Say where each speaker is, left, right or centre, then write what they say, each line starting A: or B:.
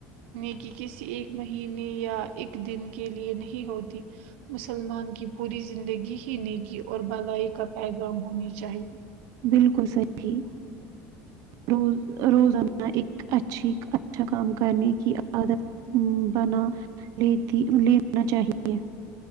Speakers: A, on the right; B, on the right.
A: یہ کہ کسی ایک مہینے یا ایک دن کے لیے نہیں ہوتی مسلمان کی پوری زندگی ہی نیکی اور بھلائی کا پیغام ہونی چاہیے
B: بالکل صحیح روز روزانہ ایک اچھی اچھا کام کرنے کی عادت ہ بنا لیتی لےنہ چاہیے